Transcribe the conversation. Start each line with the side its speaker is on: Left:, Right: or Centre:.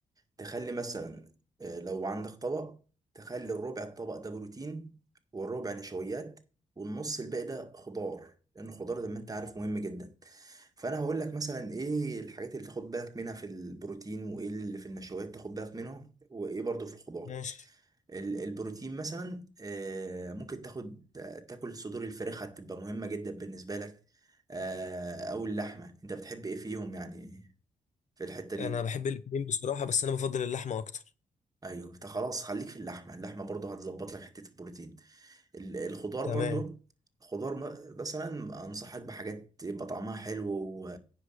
Right: تخلي مثلا آه، لو عندك طبق تخلي الربع الطبق ده بروتين والربع نشويات والنص الباقي ده خضار لان الخضار زي ما انت عارف مهم جدا فانا هقول لك مثلا ايه الحاجات اللي تاخد بالك منها في البروتين وايه اللي في النشويات تاخد بالك منها وايه برضو في الخضار
Left: ماشي
Right: ال- البروتين مثلا آه، ممكن تاخد تاكل صدور الفراخ هتبقى مهمة جدا بالنسبة لك آه، او اللحمة انت بتحب ايه فيهم يعني في الحتة دي
Left: انا بحب الاثنين بصراحه بس انا بفضل اللحمه اكتر
Right: ايوه انت خلاص خليك في اللحمة اللحمة برضه هتظبط لك حتة البروتين ال- الخضار
Left: تمام
Right: برضه خضار م- مثلا انصحك بحاجات يبقى طعمها حلو و...